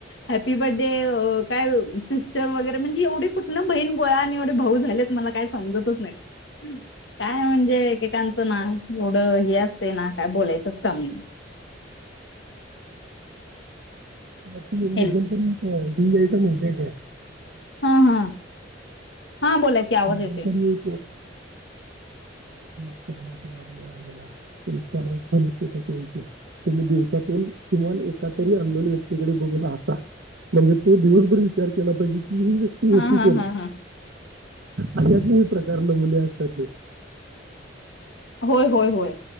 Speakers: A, on the left; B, on the right.
A: हॅप्पी बर्थडे काय, सिस्टर वगैरे म्हणजे एवढी कुठ बहीण गोळा, आणि एवढे भाऊ झालेत मला काय समजतच नाही. काय म्हणजे एकेकांचं ना एवढं हे असतेय ना काय बोलायचंच काम नाही.
B: न मध्यमंतरी
A: हॅलो
B: त जाई तर म्हणज <unintelligible> <inaudible>
A: हा हा हा बोला की
B: री <unintelligible>
A: आवाज येतोय
B: <unintelligible> आपल्याला पुष <unintelligible> म्हण कय तुम्ही दिवसातून, किमान एका तरी अननोन व्यक्तीकडे बघून हसा म्हणजे तो दिवसभर विचार केला पाहिजे ही व्यक्ती
A: हा
B: होती
A: हा
B: कोण.
A: हा हा
B: अशातली प्रकार नमुने असतात ते
A: होय होय होय.